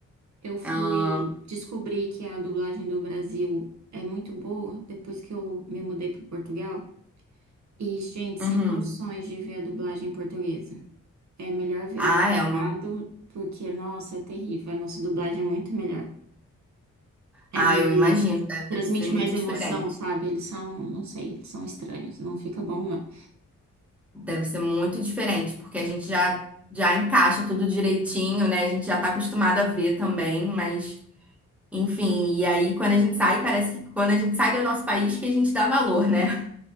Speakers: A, on the right; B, in the centre.
A: Eu fui
B: Ah,
A: descobrir que a dublagem do Brasil é muito boa depois que eu me mudei para Portugal. E, gente, sem
B: uhum.
A: condições de ver a dublagem portuguesa. É melhor ver
B: Ah,
A: legendado,
B: Elma.
A: porque, nossa, é terrível. A nossa dublagem é muito melhor. É
B: Ah,
A: mais.
B: eu imagino, deve
A: Transmite
B: deve ser muito
A: mais emoção,
B: diferente.
A: sabe? Eles são, não sei, eles são estranhos. Não fica bom, não.
B: Deve ser muito diferente, porque a gente já, já encaixa tudo direitinho, né? A gente já tá acostumado a ver também, mas. Enfim, e aí quando a gente sai, parece que quando a gente sai do nosso país que a gente dá valor, né?